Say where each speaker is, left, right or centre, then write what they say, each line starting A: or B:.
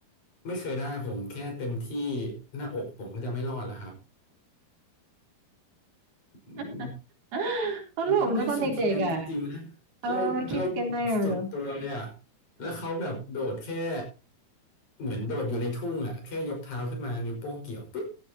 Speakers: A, on the left; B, on the right.
A: ไม่เคยได้ผมแค่เต็มที่หน้าอกผมก็จะไม่รอดแล้วครับอืม
B: <laughs> ตลกนะตอนเด็กๆอ่ะ
A: คนที่เล่นสุนเคียนจริงๆนะเราเราโดดแบบสุดตัวเลยอะ
B: เออมันคิดกันได้ไงไม่รู้
A: แล้วเขาแบบโดดแค่ เหมือนโดดอยู่ในทุ่งอ่ะแค่ยกเท้าขึ้นมานิ้วโป้งเกี่ยวปุ๊บ